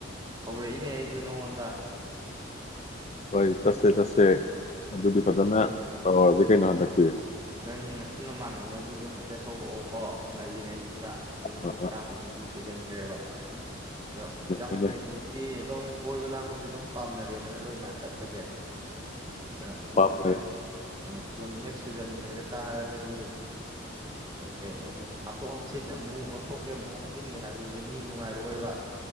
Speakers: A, on the right; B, on the left.
A: ꯍꯧꯔꯛꯏꯅꯦ ꯑꯩꯁꯨ ꯅꯪꯉꯣꯟꯗ
B: ꯍꯣꯏ ꯇꯁꯦ ꯇꯁꯦ ꯑꯗꯨꯗꯤ
A: ꯎꯝ
B: ꯐꯖꯅ ꯇꯧꯔ ꯀꯩꯅꯗꯇ
A: ꯅꯪ ꯉꯁꯨ ꯅꯃꯥꯟꯅꯕ ꯃꯣꯏꯗꯨꯁꯨ ꯍꯥꯏꯐꯦꯠ ꯍꯧꯔꯛꯑꯣꯀꯣ ꯉꯜꯂꯤꯉꯩꯁꯤꯗꯨꯗ ꯑꯩꯣꯏ
B: ꯍꯣꯏꯅꯦ
A: ꯃꯤ ꯇꯔꯥꯃꯔꯤꯗꯤ ꯁꯨꯖꯟꯈ꯭ꯔꯦꯕ ꯑꯗꯣ ꯌꯥꯎꯒꯦ
B: ꯍꯣꯏꯅꯦ
A: ꯍꯧꯖꯤꯛꯇꯤ ꯑꯗꯨꯝ ꯀꯣꯏꯕ ꯂꯥꯡꯕꯗꯤ ꯑꯗꯨꯝ ꯄꯥꯝꯅꯔꯦꯗꯅ ꯂꯣꯏꯅ ꯆꯠꯄꯁꯦ ꯑꯗꯣ ꯃꯤꯗꯣ
B: ꯄꯥꯝꯅꯔꯦ
A: ꯍꯦꯛ ꯀꯨꯟ ꯍꯦꯛ ꯁꯨꯖ ꯌꯦꯒꯠ ꯇꯥꯔꯒꯗꯤ ꯀꯩ ꯍꯥꯏꯅꯤ ꯍꯥꯞꯇꯣꯛ ꯍꯥꯞꯆꯤꯠ ꯑꯃꯨꯛ ꯊꯣꯛꯀꯦ ꯑꯃꯨꯛ ꯍꯥꯞꯆꯤꯟꯒꯦ ꯍꯥꯏꯕꯗꯨꯗꯤ ꯃꯤ ꯅꯨꯡꯉꯥꯏꯔꯛꯑꯣꯏꯕ